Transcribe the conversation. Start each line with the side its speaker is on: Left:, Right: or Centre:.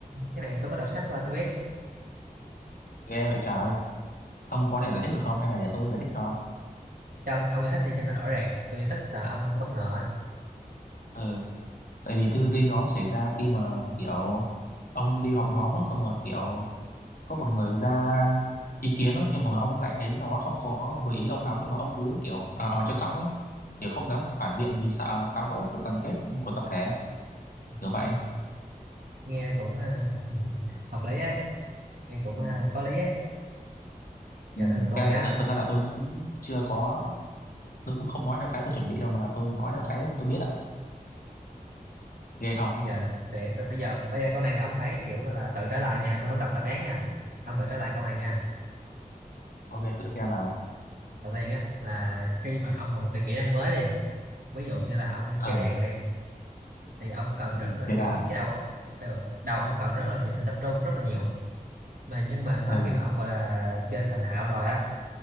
Right: cái này tôi có đọc sách qua tôi biết
Left: Ghê vậy trời, ông có thể giải thích được không hay là để tôi giải thích cho?
Right: trong ông giải thích đi cho nó rõ ràng tôi giải thích sợ ông bất ngờ á.
Left: Ừ, tại vì tư duy nhóm xảy ra khi mà kiểu ông đi họp nhóm á, xong rồi kiểu có một người ra ý kiến đó nhưng mà ông lại thấy nó không có vừa ý ông lắm nhưng mà ông cứ kiểu ở à, cho xong ấy kiểu không dám phản biện vì sợ phá vỡ sự đoàn kết của tập thể kiểu vậy
Right: Ừ. nghe cũng ờ, hợp lý ấy nghe cũng
Left: ừ.
Right: à, có lý ấy giờ
Left: Ừ.
Right: tới lượt tôi
Left: cái này
Right: nha
Left: thật thật ra là tôi cũng chưa có tôi cũng không nói theo cái tôi chuẩn bị đâu mà là tôi nói theo cái tôi biết ạ ghê không
Right: bây giờ sẽ bây giờ bây giờ câu này là ông phải kiểu gọi là tự trả lời nha tôi không đọc đáp án nha ông tự trả lời câu này nha
Left: ok thử xem nào
Right: đầu tiên á là khi mà ông học một cái kỹ năng mới đi ví dụ như là ông
Left: ờ
Right: chơi đàn đi thì ông cần
Left: ừ.
Right: rất là
Left: thế đàn
Right: kiểu cái, cái đầu đầu đầu ông cần rất là nhiều sự tập trung rất là nhiều mà nhưng mà sau
Left: ờ
Right: khi mà ông gọi là chơi thành thạo rồi á